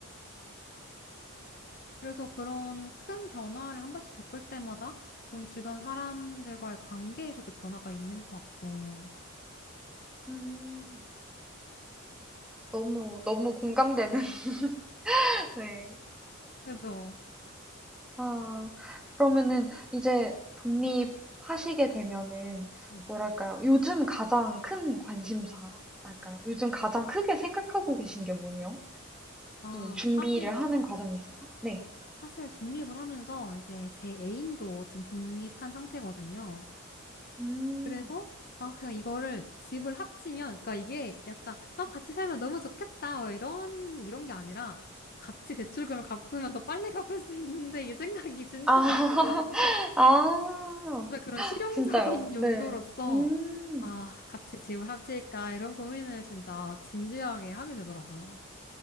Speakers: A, on the left (about 45°); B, in the centre.
A: 그래서 그런 큰 변화를 한 번씩 겪을 때마다 좀 주변 사람들과의 관계에서도 변화가 있는 것 같고.
B: 음, 너무, 너무 공감되는. <laughs> 네.
A: 그죠?
B: 아, 그러면은 이제 독립하시게 되면은
A: 네.
B: 뭐랄까요? 요즘 가장 큰 관심사랄까요? 요즘 가장 크게 생각하고 계신 게 뭐예요?
A: 아,
B: 이 준비를
A: 사실
B: 하는 과정에 있어서? 네.
A: 사실 독립을 하면서 이제 제 애인도 지금 독립한 상태거든요.
B: 음.
A: 그래서 아 그냥 이거를 집을 합치면 그러니까 이게 약간 아 같이 살면 너무 좋겠다 어, 이런 이런 게 아니라 같이 대출금을 갚으면 더 빨리 갚을 수 있는데 이 생각이 진짜
B: 아,
A: 많이 들거든요. <laughs>
B: <laughs> 아,
A: 진짜 그런 실용적인
B: 진짜요?
A: 용도로서
B: 네. 음.
A: 아 같이 집을 합칠까 이런 고민을 진짜 진지하게 하게 되더라고요.